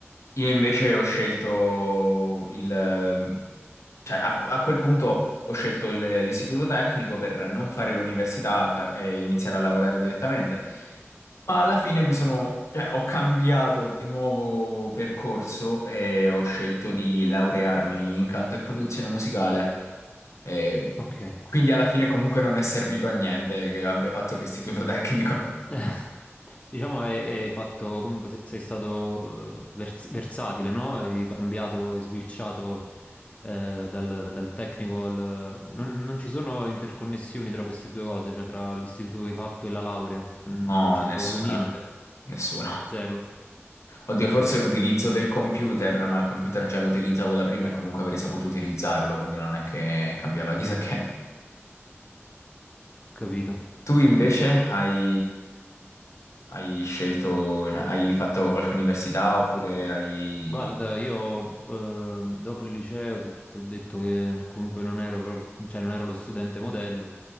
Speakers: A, on the left; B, on the left.
A: io invece ho scelto il... cioè a, a quel punto ho scelto il- l'istituto tecnico per non fare l'università ta- e iniziare a lavorare direttamente. Ma alla fine mi sono, cioè, ho cambiato di nuovo percorso e ho scelto di laurearmi in canto e produzione musicale. E
B: ok.
A: quindi alla fine comunque non è servito a niente che abbia fatto l'istituto tecnico.
B: <laughs> Diciamo hai, hai fatto, comunque se- sei stato eh, vers- versatile, no? Hai cambiato, hai switchato eh, dal, dal tecnico al... Non, non ci sono interconnessioni tra queste due cose, cioè tra l'istituto che hai fatto e la laurea, non,
A: No,
B: non c'entra
A: nessuna.
B: proprio niente.
A: Nessuna.
B: Zero,
A: Oddio, forse l'utilizzo del computer, ma il computer già lo utilizzavo da prima e comunque avrei saputo utilizzarlo, quindi non è che cambiava chissà che.
B: capito.
A: Tu invece hai, hai scelto, cioè, hai fatto qualche università oppure hai...
B: Guarda, io eh, dopo il liceo ti ti ho detto che comunque non ero, pro- cioè non ero lo studente modello,